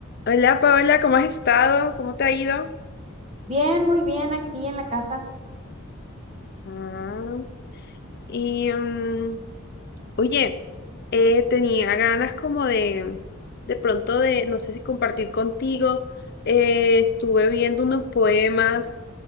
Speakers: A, on the left; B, on the right.
A: Hola Paola, ¿cómo has estado? ¿Cómo te ha ido?
B: Bien, muy bien, aquí en la casa.
A: Ah, y mm, oye, eh, tenía ganas como de, de pronto de, no sé si compartir contigo, eh, estuve viendo unos poemas,